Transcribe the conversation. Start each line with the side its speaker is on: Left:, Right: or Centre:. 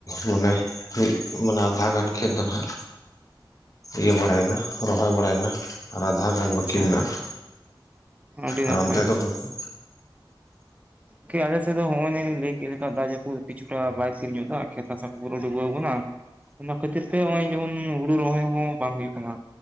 Left: ᱢᱟᱱᱮ ᱢᱤᱫ ᱢᱟᱱᱮ ᱟᱫᱷᱟ ᱜᱟᱱ ᱠᱷᱮᱛ ᱫᱚ ᱱᱟᱜ ᱤᱭᱟᱹ ᱵᱟᱲᱟᱭᱮᱱᱟ ᱨᱚᱦᱚᱭ ᱵᱟᱲᱟᱭᱱᱟ ᱟᱨ ᱟᱫᱷᱟ ᱜᱟᱱ ᱵᱟᱹᱠᱤ
Right: ᱟᱪᱪᱷᱟ
Left: ᱢᱮᱱᱟᱜᱼᱟ᱾
Right: ᱟᱹᱰᱤ
Left: ᱟᱨ
Right: ᱱᱟᱯᱟᱭ
Left: ᱚᱱᱛᱮ ᱫᱚ ᱜᱚᱝᱠᱮ?
Right: ᱠᱤ ᱟᱞᱮᱥᱮᱫ ᱫᱚ ᱦᱚᱸᱜᱼᱚᱭ ᱱᱤᱱ ᱞᱟᱹᱭ ᱠᱮᱫ ᱞᱮᱠᱟ ᱫᱟᱜ ᱡᱟᱹᱯᱩ ᱠᱤᱪᱷᱩ ᱴᱟᱜ ᱵᱟᱭ ᱛᱷᱤᱨ ᱧᱚᱜ ᱮᱫᱟ ᱠᱷᱮᱛ ᱦᱟᱥᱟ ᱠᱚ ᱯᱩᱨᱟᱹ ᱰᱩᱵᱟᱹᱣ ᱟᱠᱟᱱᱟ᱾ ᱚᱱᱟ ᱠᱷᱟᱹᱛᱤᱨ ᱛᱮ ᱱᱚᱜᱼᱚᱭ ᱡᱮᱢᱚᱱ ᱦᱩᱲᱩ ᱨᱚᱦᱚᱭ ᱦᱚᱸ ᱵᱟᱝ ᱦᱩᱭᱩᱜ ᱠᱟᱱᱟ᱾